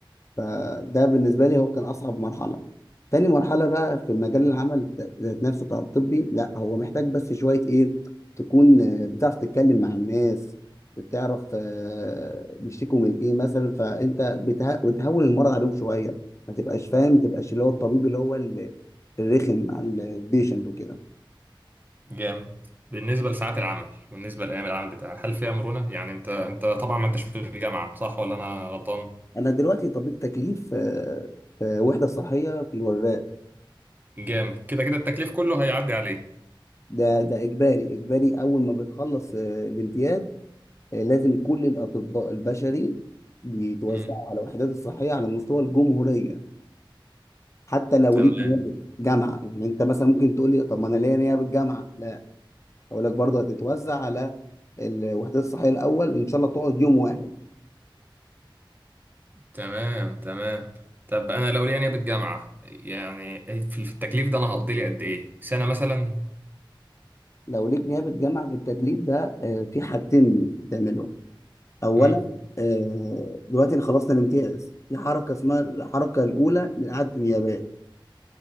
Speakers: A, on the left; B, on the right.
A: فده بالنسبة لي هو كان أصعب مرحلة تاني مرحلة بقى في مجال العمل ذات نفسه بتاع الطبي لا هو محتاج بس شوية إيه تكون آه، بتعرف تتكلم مع الناس بتعرف آه، بيشتكوا من إيه مثلا فأنت بتها... بتهون المرض عليهم شوية ما تبقاش فاهم ما تبقاش اللي هو الطبيب اللي هو ال- الرخم على البيشنت وكده
B: جامد بالنسبة لساعات العمل وبالنسبة لأيام العمل بتاعك هل فيها مرونة يعني انت انت طبعا ما انتش في الجامعة صح ولا انا غلطان
A: أنا دلوقتي طبيب تكليف آه، في وحدة صحية في الوراق
B: جامد كده كده التكليف كله هيعدي عليه
A: ده ده إجباري إجباري أول ما بتخلص آه، الامتياز آه، لازم كل الأطباء البشري بيتوزعوا
B: امم
A: على الوحدات الصحية على مستوى الجمهورية حتى لو
B: تمام
A: ليك نيابة جامعة يعني أنت مثلا ممكن تقول لي طب ما أنا ليا نيابة جامعة لا أقول لك برضه هتتوزع على الوحدات الصحية الأول إن شاء الله تقعد يوم واحد
B: تمام تمام طب انا لو ليا نيابة جامعة يعني في في التكليف ده انا هقضي لي قد ايه سنة مثلا
A: لو ليك نيابة جامعة في التكليف ده آه، في حاجتين بتعملهم أولا
B: امم
A: آه، دلوقتي أنا خلصنا الامتياز في حركة اسمها الحركة الأولى لإعادة النيابات